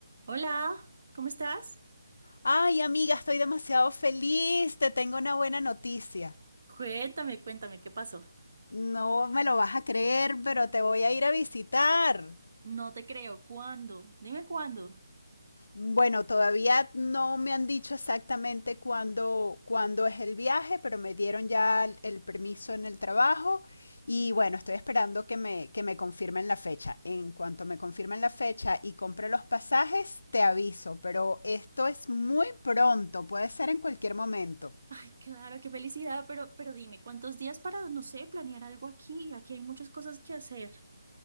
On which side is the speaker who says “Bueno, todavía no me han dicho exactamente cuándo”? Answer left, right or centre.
Left